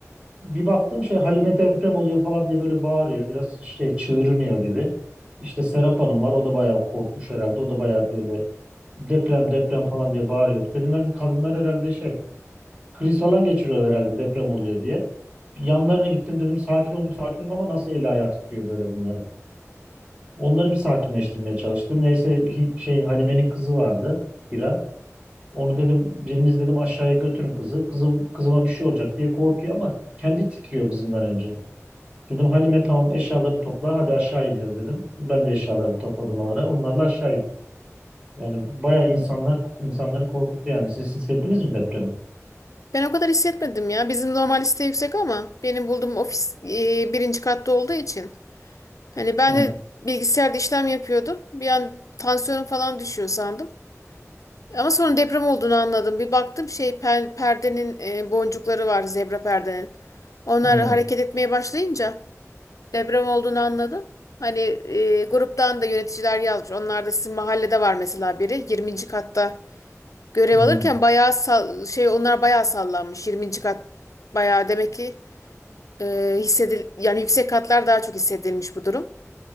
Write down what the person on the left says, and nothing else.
Ben o kadar hissetmedim ya. Bizim normal liste yüksek ama benim bulduğum ofis e, birinci katta olduğu için. Hani ben
de bilgisayarda işlem yapıyordum. Bir an tansiyonum falan düşüyor sandım. Ama sonra deprem olduğunu anladım. Bir baktım şey per- perdenin e, boncukları var zebra perdenin. Onlar
hareket etmeye başlayınca deprem olduğunu anladım. Hani e, gruptan da yöneticiler yazmış. Onlar da sizin mahallede var mesela biri. Yirminci katta Görev
alırken bayağı sal- şey onlar bayağı sallanmış. 20. kat bayağı demek ki e, hissedil yani yüksek katlar daha çok hissedilmiş bu durum.